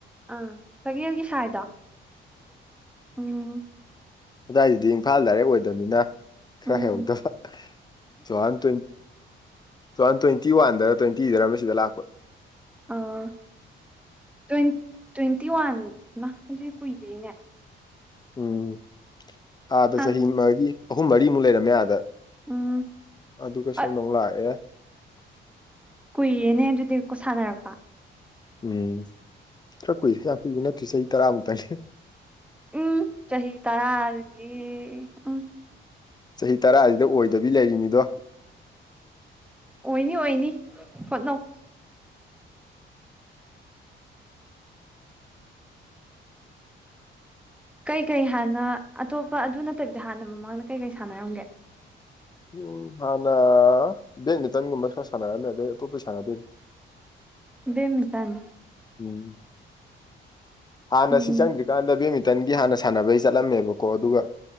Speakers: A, in the centre; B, on the left.
A: ꯑꯥ ꯇꯛꯌꯦꯜꯒꯤ ꯁꯥꯏꯗꯣ ꯎꯝ
B: ꯑꯗꯥꯏꯗꯗꯤ ꯏꯝꯐꯥꯜ ꯗꯥꯏꯔꯦꯛ ꯑꯣꯏꯗꯕꯅꯤꯅ ꯈꯔ
A: ꯎꯝ
B: ꯍꯩꯍꯧꯗꯕ ꯇꯨꯍꯥꯟ ꯇꯣꯏ ꯇꯨꯍꯥꯟ ꯇ꯭ꯋꯦꯟꯇꯤ ꯋꯥꯟꯗꯔ ꯇ꯭ꯋꯦꯟꯇꯤꯗꯔ ꯑꯃ ꯁꯤꯗ ꯂꯥꯛꯄ
A: ꯑꯥ ꯇꯣꯏꯟ ꯇ꯭ꯋꯦꯟꯇꯤ ꯋꯥꯟ ꯃꯥ ꯑꯗꯨꯗꯤ ꯀꯨꯏꯗ꯭ꯔꯤꯅꯦ
B: ꯎꯝ ꯑꯥꯗ
A: ꯍꯥꯟ
B: ꯆꯍꯤ ꯃꯔꯤ ꯑꯍꯨꯝ ꯃꯔꯤꯃꯨꯛ ꯂꯩꯔꯝꯃꯦ ꯑꯥꯗ
A: ꯎꯝ
B: ꯑꯗꯨꯒ ꯁꯣꯝꯗꯃꯨꯛ
A: ꯑꯠ
B: ꯂꯥꯛꯑꯦ
A: ꯀꯨꯏꯔꯦꯅꯦ ꯑꯗꯨꯗꯤ ꯀꯣ ꯁꯥꯟꯅꯔꯛꯄ
B: ꯎꯝ ꯈꯔ ꯀꯨꯏꯔꯦ ꯌꯥꯝ ꯀꯨꯏꯕ ꯅꯠꯇ꯭ꯔꯤ ꯆꯍꯤ ꯇꯔꯥꯃꯨꯛꯇꯥꯅꯤ
A: ꯎꯝ ꯆꯍꯤ ꯇꯔꯥ ꯑꯗꯨꯗꯤ ꯎꯝ
B: ꯆꯍꯤ ꯇꯔꯥꯁꯤꯗ ꯑꯣꯏꯗꯕꯤ ꯂꯩꯔꯤꯅꯤꯗꯣ
A: ꯑꯣꯏꯅꯤ ꯑꯣꯏꯅꯤ ꯍꯣꯠꯅꯧ ꯀꯩꯀꯩ ꯍꯥꯟꯅ ꯑꯇꯣꯞꯄ ꯑꯗꯨ ꯅꯠꯇꯕꯤꯗ ꯍꯥꯟꯅ ꯃꯃꯥꯡꯗ ꯀꯩꯀꯩ ꯁꯥꯟꯅꯔꯝꯒꯦ
B: ꯎꯝ ꯍꯥꯟꯅ ꯕꯦꯠꯃꯤꯟꯇꯟꯒꯨꯝꯕ ꯈꯔ ꯁꯥꯟꯅꯔꯝꯃꯦ ꯑꯗꯩ ꯑꯇꯣꯞꯄꯩ ꯁꯥꯟꯅꯗꯦꯗ
A: ꯕꯦꯠꯃꯤꯟꯇꯟ
B: ꯎꯝ ꯍꯥꯟꯅ
A: ꯎꯝ
B: ꯁꯤ ꯆꯪꯗ꯭ꯔꯤꯀꯥꯟꯗ ꯕꯦꯠꯃꯤꯟꯇꯟꯒꯤ ꯍꯥꯟꯅ ꯁꯥꯟꯅꯕꯩ ꯆꯠꯂꯝꯃꯦꯕꯀꯣ ꯑꯗꯨꯒ